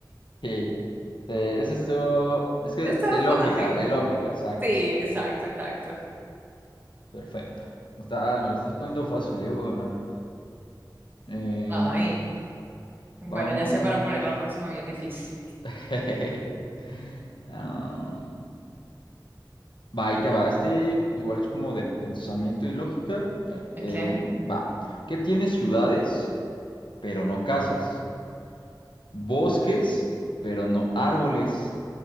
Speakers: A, on the left; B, on the right.
A: Sí. Sí, ese estuvo. Es que
B: Está
A: de lógica,
B: fácil.
A: de lógica, exacto,
B: Sí,
A: exacto.
B: exacto, exacto.
A: Perfecto. Está, me lo estás poniendo fácil, eh, voy a ganar. Eh,
B: Ay. Bueno,
A: Vamos.
B: ya sé para poner la próxima bien difícil.
A: <laughs> Ah, va, ahí te va. Este igual es como de pensamiento y lógica. Eh,
B: Ok.
A: eh, va. ¿Qué tiene ciudades, pero no casas? Bosques, pero no árboles.